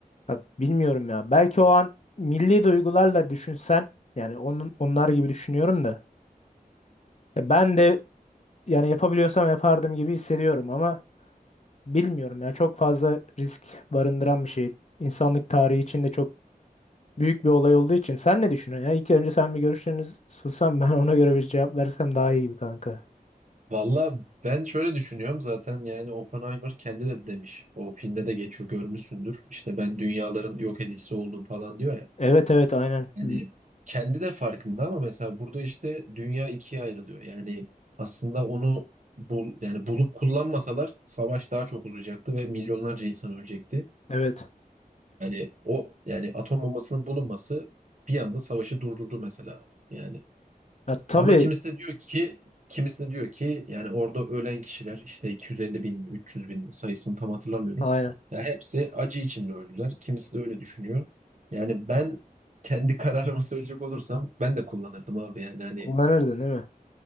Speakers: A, on the left; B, on the right.
A: Ya bilmiyorum ya. Belki o an milli duygularla düşünsen yani onun onlar gibi düşünüyorum da. Ya ben de yani yapabiliyorsam yapardım gibi hissediyorum ama bilmiyorum ya. Çok fazla risk barındıran bir şey. İnsanlık tarihi içinde çok büyük bir olay olduğu için. Sen ne düşünüyorsun ya? İlk önce sen bir görüşlerini sunsan ben ona göre bir cevap versem daha iyi gibi kanka.
B: Valla ben şöyle düşünüyorum zaten yani Oppenheimer kendi de demiş. O filmde de geçiyor görmüşsündür. İşte ben dünyaların yok edicisi oldum falan diyor ya.
A: Evet evet aynen.
B: Yani
A: Hı,
B: kendi de farkında ama mesela burada işte dünya ikiye ayrılıyor. Yani aslında onu bul, yani bulup kullanmasalar savaş daha çok uzayacaktı ve milyonlarca insan ölecekti.
A: Evet.
B: Yani o yani atom bombasının bulunması bir anda savaşı durdurdu mesela. Yani
A: Ya tabii
B: ama kimisi de diyor ki kimisi de diyor ki yani orada ölen kişiler işte 250 bin 300 bin sayısını tam hatırlamıyorum.
A: aynen.
B: Ya hepsi acı içinde öldüler. Kimisi de öyle düşünüyor. Yani ben kendi <laughs> kararımı söyleyecek olursam ben de kullanırdım abi yani hani
A: Kullanırdın değil mi?